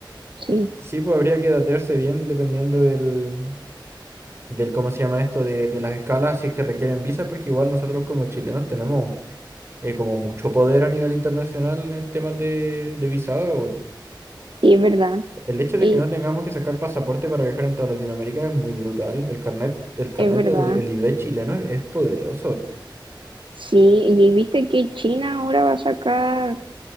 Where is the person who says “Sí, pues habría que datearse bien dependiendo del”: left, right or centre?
Right